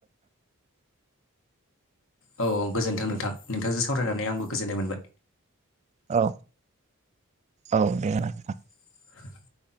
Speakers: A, on the left; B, on the right.
A: औ औ गोजोन्थों नोंथां नोंथांजों सावरायनानै आंबो गोजोननाय मोनबाय।
B: औ औ दे नोंथां।
A: <inaudible>